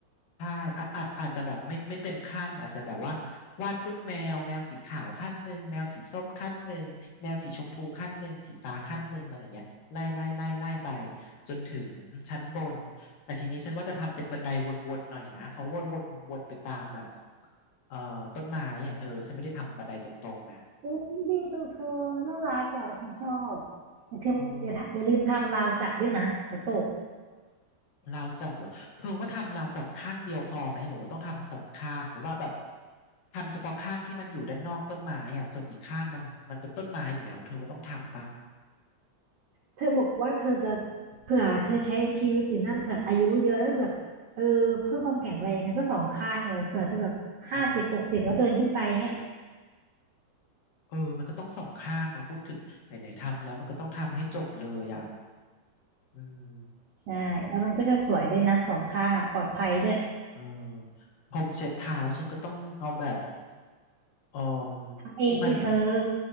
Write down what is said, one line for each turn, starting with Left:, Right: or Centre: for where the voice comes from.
Left: ใช่อาอาจอาจจะแบบไม่ไม่เต็มขั้นอาจจะแบบว่าวาดรูปแมวแมวสีขาวขั้นหนึ่งแมวสีส้มขั้นหนึ่งแมวสีชมพูขั้นหนึ่งสีฟ้าขั้นหนึ่งอะไรเงี้ยไล่ไล่ไล่ไล่ไปจนถึงชั้นบนแต่ทีนี้ฉันว่าจะทำเป็นบันไดวนๆหน่อยนะเพราะว่าวนวนไปตามแบบเอ่อต้นไม้อ่ะเธอฉันไม่ได้ทำบันไดตรงๆนะ
Right: อุ้ยดีจังเธอน่ารักอ่ะฉันชอบอย่าลืมอย่าอย่าลืมทำราวจับด้วยนะเดี๋ยวตก
Left: เออ ราวจับเหรอเธอว่าทำราวจับข้างเดียวพอไหมหรือว่าต้องทำสองข้างหรือว่าแบบทำเฉพาะข้างที่มันอยู่ด้านนอกต้นไม้อ่ะส่วนอีกข้างมันมันเป็นต้นไม้อยู่แล้วเธอว่าต้องทำปะ
Right: เธอบอกว่าเธอจะเผื่อเธอใช้ชีวิตอยู่นั่นเผื่ออายุเยอะแล้วแบบเออเพื่อความแข็งแรงเธอก็สองข้างเลยเผื่อเธอแบบห้าสิบหกสิบแล้วเดินขึ้นไปเงี้ย
Left: อ๋อเออมันก็ต้องสองข้างเนาะพูดถึงไหนๆทำแล้วมันก็ต้องทำให้จบเลยอ่ะอืม
Right: ใช่แล้วมันก็จะสวยด้วยนะสองข้างอ่ะปลอดภัยด้วย
Left: เออพรมเช็ดเท้าฉันก็ต้องเอาแบบเอ่อ
Right: ทำเองสิเธอ
Left: ที่มัน